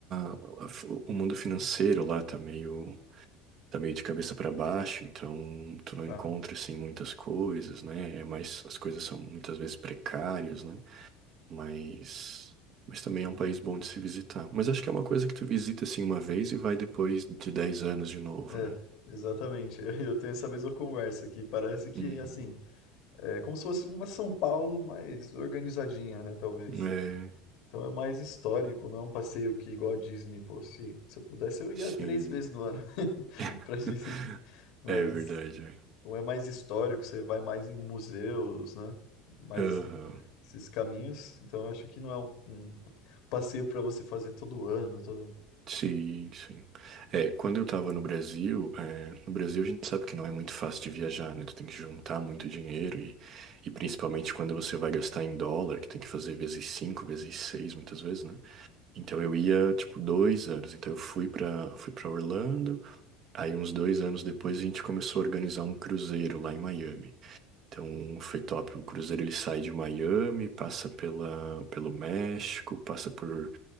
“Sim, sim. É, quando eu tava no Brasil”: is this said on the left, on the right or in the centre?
Right